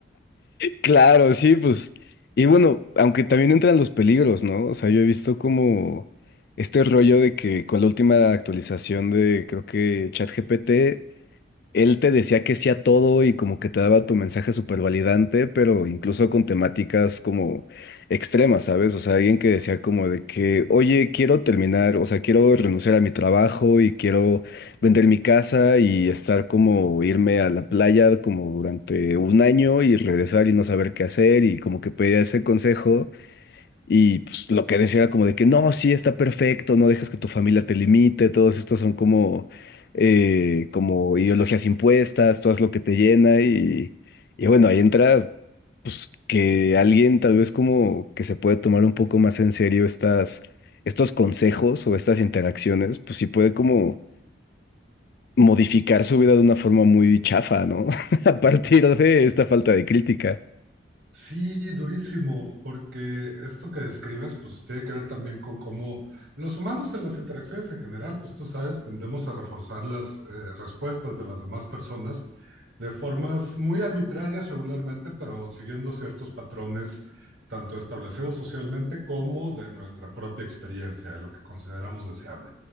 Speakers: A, on the left; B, on the right.
A: Claro, sí, pues. Y bueno, aunque también entran los peligros, ¿no? O sea, yo he visto como este rollo de que con la última actualización de, creo que ChatGPT, él te decía que sí a todo y como que te daba tu mensaje súper validante, pero incluso con temáticas como extremas, ¿sabes? O sea, alguien que decía como de que, oye, quiero terminar, o sea, quiero renunciar a mi trabajo y quiero vender mi casa y estar como irme a la playa como durante un año y regresar y no saber qué hacer y como que pedía ese consejo. Y pues lo que decía era como de que no, sí, está perfecto, no dejas que tu familia te limite, todos estos son como, eh, como ideologías impuestas, tú haz lo que te llena y, y bueno, ahí entra que alguien tal vez como que se puede tomar un poco más en serio estas, estos consejos o estas interacciones, pues sí puede como modificar su vida de una forma muy chafa, ¿no? <laughs> A partir de esta falta de crítica.
B: Sí, durísimo, porque esto que describes, pues tiene que ver también con cómo los humanos en las interacciones en general, pues tú sabes, tendemos a reforzar las eh, respuestas de las demás personas de formas muy arbitrarias regularmente, pero siguiendo ciertos patrones, tanto establecidos socialmente como de nuestra propia experiencia, de lo que consideramos deseable.